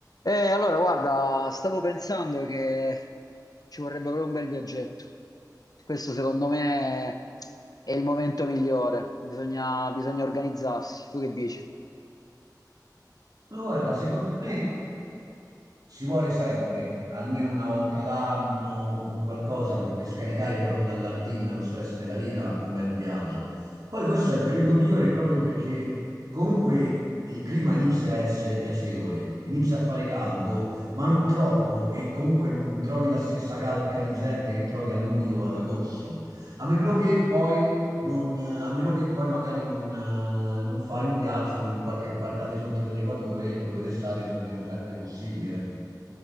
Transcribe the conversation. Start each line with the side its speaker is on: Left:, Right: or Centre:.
Left: Eh, allora, guarda, stavo pensando che ci vorrebbe proprio un bel viaggetto. Questo secondo me è il momento migliore. Bisogna, bisogna organizzarsi. Tu che dici?
Right: Ma guarda, secondo me si vuole sempre, almeno una volta l'anno o un qualcosa per, per scaricare proprio dalla routine, dallo stress della vita, un bel viaggio. Poi questo è il periodo migliore proprio perché comunque il clima inizia a essere piacevole, inizia a fare caldo, ma non troppo e comunque non trovi la stessa calca di gente che trovi a luglio o ad agosto. A meno che poi non, eh, a meno che poi magari non, eh, non fai un viaggio in qualche parte al di sotto dell'equatore dove d'estate c'è meno gente possibile.